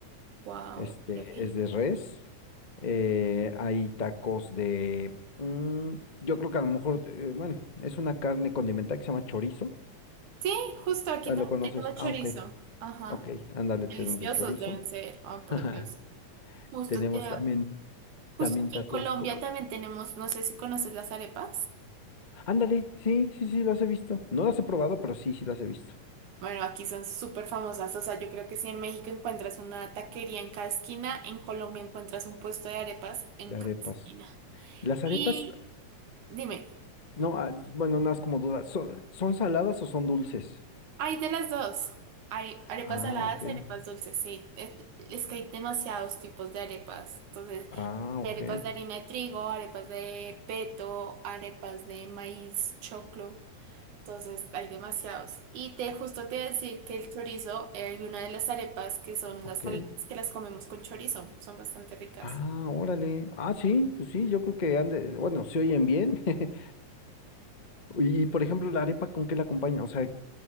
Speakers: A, on the right; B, on the left.
A: Wow,
B: Este,
A: ok.
B: es de res. Eh, hay tacos de, mm, yo creo que a lo mejor, eh, bueno, es una carne condimentada que se llama chorizo.
A: Sí, justo aquí
B: Ah,
A: también
B: ¿Lo conoces?
A: tenemos
B: Ah,
A: chorizo.
B: ok.
A: Ajá.
B: Ok, ándale, tenemos
A: Deliciosos
B: de chorizo.
A: deben ser. Oh,
B: <laughs>
A: por Dios. Justo
B: Tenemos
A: que,
B: también,
A: justo
B: también
A: aquí
B: tacos.
A: en Colombia
B: co-
A: también tenemos, no sé si conoces las arepas.
B: Ándale, sí, sí, sí, las he visto. No las he probado, pero sí, sí las he visto.
A: Bueno, aquí son súper famosas. O sea, yo creo que si en México encuentras una taquería en cada esquina, en Colombia encuentras un puesto de arepas en
B: De
A: cada
B: arepas.
A: esquina.
B: Las
A: Y
B: arepas,
A: dime,
B: no, ah, bueno, nada más como duda. ¿Son, son saladas o son dulces?
A: hay de las dos. Hay arepas
B: Ah,
A: saladas
B: ok.
A: y arepas dulces. Sí, es es que hay demasiados tipos de arepas. Entonces,
B: Ah, ok.
A: Hay arepas de harina de trigo, arepas de peto, arepas de maíz, choclo. Entonces hay demasiados. Y te justo te iba a decir que el chorizo, eh, hay una de las arepas que son
B: Ok.
A: las saladas que las comemos con chorizo. Son bastante ricas.
B: Ah, órale. Ah, sí, pues sí, yo creo que ande, bueno, se oyen bien. <laughs> Y, por ejemplo, la arepa, ¿con qué la acompaña? O sea,